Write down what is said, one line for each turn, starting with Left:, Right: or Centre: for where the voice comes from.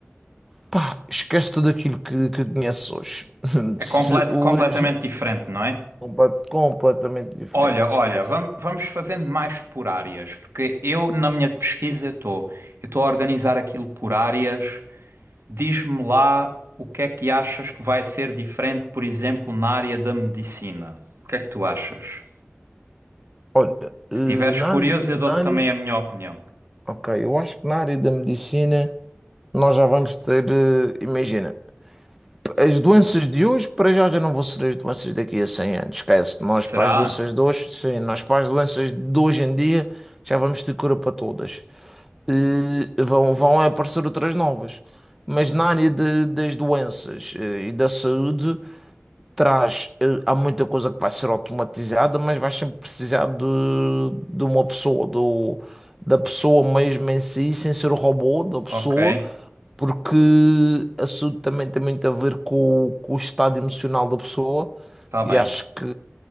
Centre: pá, esquece tudo aquilo que, que conheces hoje. <laughs>
Right: é
Centre: Se
Right: complet,
Centre: hoje,
Right: completamente diferente, não é?
Centre: compa- completamente diferente,
Right: Olha, olha,
Centre: esquece.
Right: vam- vamos fazendo mais por áreas, porque eu na minha pesquisa estou, eu estou a organizar aquilo por áreas. Diz-me lá o que é que achas que vai ser diferente, por exemplo, na área da medicina. O que é que tu achas?
Centre: Olha, eh,
Right: Se estiveres
Centre: na
Right: curioso,
Centre: área,
Right: eu
Centre: na
Right: dou-te
Centre: área,
Right: também a minha opinião.
Centre: ok, eu acho que na área da medicina. Nós já vamos ter, eh, imagina, as doenças de hoje para já já não vão ser as doenças daqui a 100 anos. Esquece, nós
Right: Será?
Centre: para as doenças de hoje, sim, nós para as doenças de hoje em dia já vamos ter cura para todas. E vão, vão aparecer outras novas. Mas na área de- das doenças eh, e da saúde, traz, eh, há muita coisa que vai ser automatizada, mas vais sempre precisar de, de uma pessoa, do, da pessoa mesmo em si, sem ser o robô da pessoa,
Right: Ok,
Centre: porque isso também tem muito a ver com, o com o estado emocional da pessoa,
Right: está bem.
Centre: e acho que